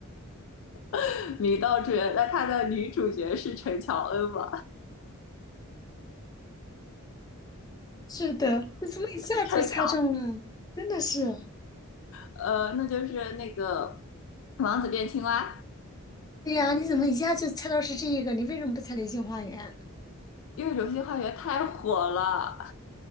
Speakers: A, on the left; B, on the left.
A: <laughs> 明道主演，那他的女主角是陈乔恩吗？
B: 是的，你怎么一下就猜中了？
A: <laughs> 陈乔，
B: 真的是。
A: 呃，那就是那个《王子变青蛙》，
B: 对呀，你怎么一下就猜到是这一个？你为什么不猜《流星花园》？
A: 因为《流星花园》太火了，